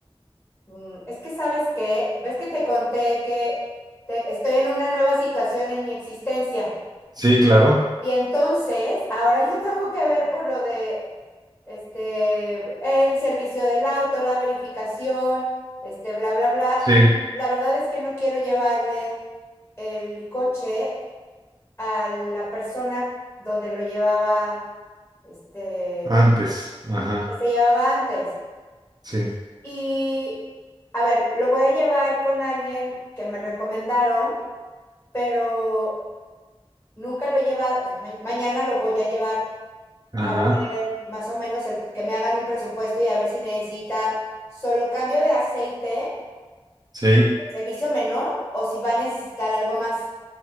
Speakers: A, on the left; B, on the right.
A: Mm, es que sabes que, ves que te conté que te- estoy en una nueva situación en mi existencia.
B: Sí, claro.
A: Y entonces, ahora yo tengo que ver por lo de, este, el servicio del auto, la verificación, este, bla, bla, bla.
B: Sí,
A: Y no- la verdad es que no quiero llevarle. el coche a la persona donde lo llevaba, este,
B: antes. Ajá.
A: que se llevaba antes.
B: Sí.
A: Y, a ver, lo voy a llevar con alguien que me recomendaron, pero nunca lo he llevado, o sea, ma- mañana lo voy a llevar
B: Ajá.
A: para ver más o menos el, que me hagan un presupuesto y a ver si necesita solo cambio de aceite
B: Sí.
A: y el servicio menor o si va a necesitar algo más.